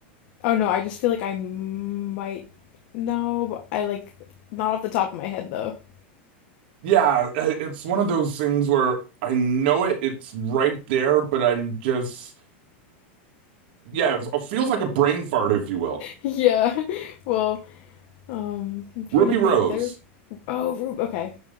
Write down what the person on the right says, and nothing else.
Yeah, i- it's one of those things where I know it, it's right there, but I'm just Yeah, it feels like a brain fart, if you will.
Ruby
Rose.